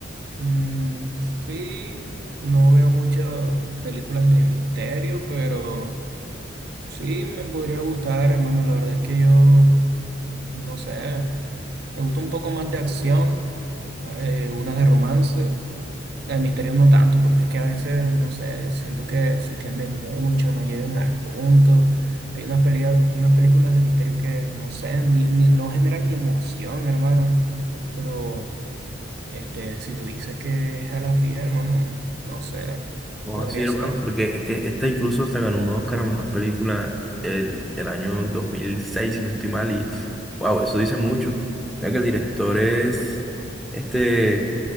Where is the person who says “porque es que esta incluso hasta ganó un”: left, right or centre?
Centre